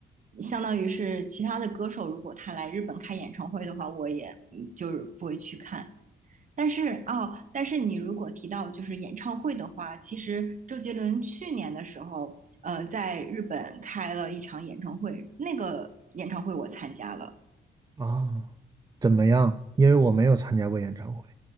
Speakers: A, on the right; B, on the right.
A: 相当于是其他的歌手如果他来日本开演唱会的话，我也嗯就是不会去看。但是哦，但是你如果提到就是演唱会的话，其实周杰伦去年的时候，呃，在日本开了一场演唱会，那个演唱会我参加了。
B: 啊。怎么样？因为我没有参加过演唱会